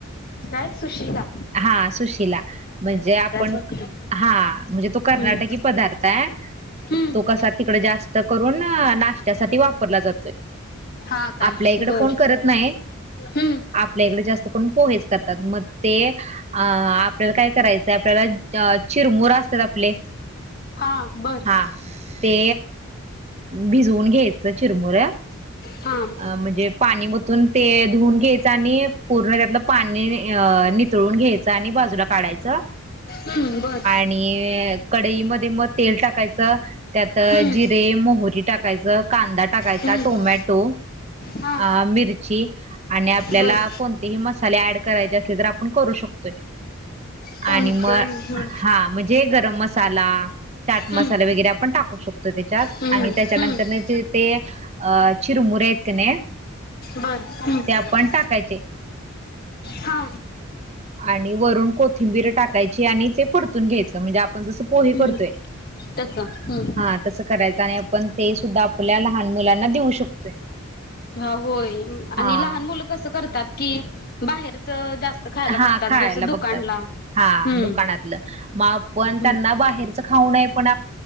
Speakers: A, on the left (about 45°); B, on the right (about 30°).
A: काय सुशीला
B: हा सुशिला म्हणजे आपण
A: वाटतो
B: हा म्हणजे तो कर्नाटकी
A: हम्म
B: पदार्थ आहे.
A: हम्म
B: तो कसा तिकडे जास्त करून नाश्त्यासाठी वापरला जातोय.
A: हा काय
B: आपल्या इकड
A: बर
B: कोण करत नाही
A: हम्म
B: आप आपल्या इकडं जास्त करून पोहेच करतात मग ते अ आपल्याला काय करायचंय आपल्याला अ चिरमुरा असते ना आपले
A: हा बरं
B: हा ते भिजवून घ्यायचं चिरमुर
A: हां
B: म्हणजे पाणी ओतून ते धुवून घ्यायचं आणि पूर्ण त्यातलं पाणी नितळून घ्यायचं. घ्यायचं आणि बाजूला काढायचं
A: हम्म बरं
B: आणि कडईमध्ये मग तेल टाकायचं त्यात
A: हम्म,
B: जिरे मोहरी टाकायचं कांदा टाकायचा
A: हम्म,
B: टोमॅटो
A: हा
B: अ मिरची आणि आपल्याला
A: बर
B: कोणतेही मसाले ऍड करायचे असले तर आपण करू शकतोय.
A: कोणते
B: आणि मग
A: हम्म,
B: हा म्हणजे गरम मसाला चाट
A: हम्म,
B: मसाला वगैरे आपण टाकू शकतो त्याच्यात
A: हम्म,
B: आणि त्याच्यानंतर
A: हम्म,
B: त्याचे ते अ चिरमुरे आहेत की नाही
A: बरं
B: ते आपण टाकायचे
A: हा
B: आणि वरून कोथिंबीर टाकायची आणि ते परतून घ्यायचं म्हणजे आपण जसं पोहे
A: हम्म,
B: करतोय
A: तसं हम्म,
B: हा तसं करायचं आणि आपण ते सुद्धा आपल्या लहान मुलांना देऊ शकतोय.
A: अ होय आणि
B: हा
A: लहान मुलं कसं करतात की बाहेरच जास्त खायला
B: हा
A: बघतात
B: खायला
A: जसं दुकानला
B: बघतात हा
A: हम्म
B: दुकानातलं मग पण
A: हम्म,
B: त्यांना बाहेर खाऊ पण